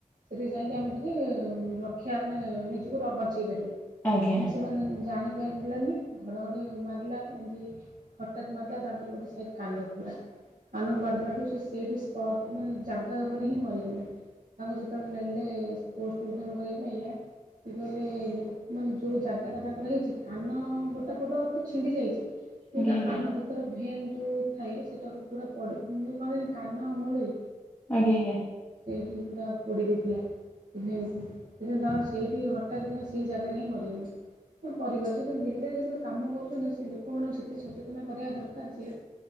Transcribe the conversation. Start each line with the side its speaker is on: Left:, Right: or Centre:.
Right: ସେଠି ଯାଇକି ଆମେ ଟିକେ ରକ୍ଷା ମାନେ ନିଜକୁ ବଞ୍ଚେଇ ପାରିବୁ। କିନ୍ତୁ
Left: ଆଜ୍ଞା।
Right: ସେମାନେ ଜାଣିପାରିଲାନି ଘଡ଼ଘଡ଼ି ମା ରିଲା ଏମତି ହଠାତ ମାରି ଦେଲା ତାଙ୍କର ଗୋଟେ ସାଇଡ କାନକୁ ପୁରା। କାନକୁ ମାରି ଦେଲାଠୁ ସେ ସେଇଠି ସ୍ପଟରେ ମାନେ ଜାଗା ଉପରେ ହିଁ ମରିଗଲେ। ତାଙ୍କୁ ଯେତେବେଳେ ନେଲେ ପୋଷ୍ଟମର୍ଟମ କରିବା ପାଇଁକା ସିଏ କହିଲେ ଇଲୋ ମାନେ ଯୋଉ ଜାଗା ଟା ତାଙ୍କର ହେଇଛି କାନ ଗୋଟେ ପଟ ଅଛି ଛିଣ୍ଡି ଯାଇଛି ଯେ
Left: ଆଜ୍ଞା
Right: ତା
Left: ଆଜ୍ଞା
Right: କାନ ଭିତର ଭେନ୍ ଯୋଉ ଥାଏ ସେଇଟାକୁ ପୁରା ପଡ଼ି ମୁଁ ଯୋଉ କହନ୍ତିନି କାନମୂଳେ
Left: ଆଜ୍ଞା ଆଜ୍ଞା।
Right: ସେଇଠି ପୁରା ପୋଡ଼ି ଦେଇଥିଲା ସେ ଭେନ୍ କୁ। ସେଦିନ ତାଙ୍କର ସେଇଠି ହଠାତ୍ କିନା ସେଇ ଜାଗାରେ ହିଁ ମରିଗଲେ। ତାଙ୍କ ପରିବାର ସେ ଯେତେବେଳେ ଦିଲ୍ଲୀରେ ଯେତେବେଳେ କାମ କରୁ ଲୋକମାନଙ୍କୁ ସେତିକି ସଚେତନ କରିବା ଦରକାର ଯେ